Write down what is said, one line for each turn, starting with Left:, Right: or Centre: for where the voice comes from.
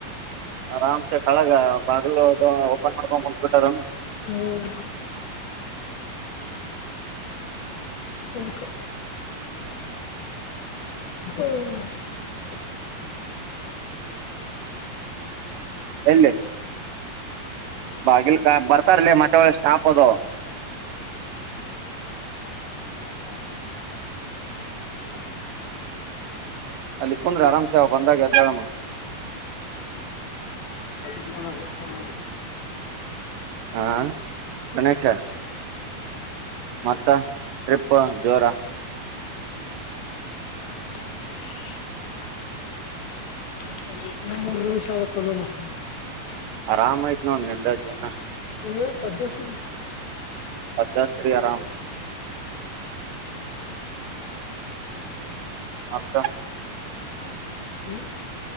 Right: ಆರಾಮ್ಸೆ ಕಳಗ ಬಾಗಿಲು ಇದು ಓಪನ್ ಮಾಡ್ಕೊಂಡ್ ಕುಂದ್ ಬಿಟ್ಟಾರ
Left: ಹ <unintelligible> ಹಕ <unintelligible> ಓ ಹಾ
Right: ಎಲ್ಲಿ ಬಾಗಿಲ್ ಕ ಬರ್ತಾರಲ ಮತ್ತೆ ಒಳ ಸ್ಟಾಪ್ ಅದು
Left: ಹ
Right: ಅಲ್ಲಿ ಕುಂದ್ರೆ ಆರಾಮ್ಸೆ ಅವ ಬಂದಾಗ ಎದ್ದಾಳಮ್ಮನ್
Left: ತ <unintelligible>
Right: ಹಾ ಗಣೇಶ ಮತ್ತ ಟ್ರಿಪ್ ಜೋರ
Left: <inaudible> ಮೂರು <unintelligible> ಬಸ
Right: ಆರಾಮ ಐತ್ ನೋಡ್ ನಿಂದ ಜೀವನ
Left: ಹ ಪದ್ಮಶ್ರರಿ
Right: ಅ್ಧಶ್ರೀರಾಮ್ ಮತ
Left: ಹ್ಮ